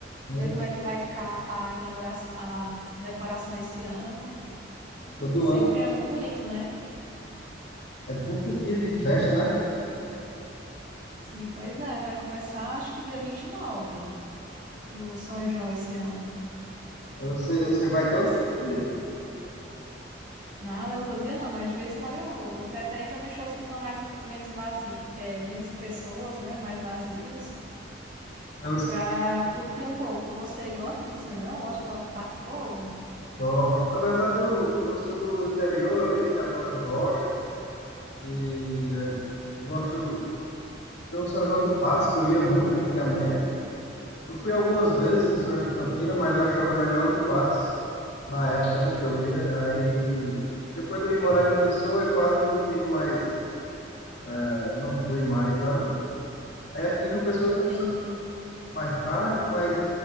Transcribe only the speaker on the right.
ver como é que vai ficar a inauguração, a decoração esse ano.
Sempre
é muito bonito, né?
Sim, pois é, vai começar acho que dia 29, o São João esse ano.
Você...
Nada, outro dia não, mas de vez em quando eu vou. De preferência nos shows que estão mais menos vazios, menos pessoas, né? Mais vazios.
para curtir um pouco. Você gosta de São João? Gosta de ir para parte do povo?
entende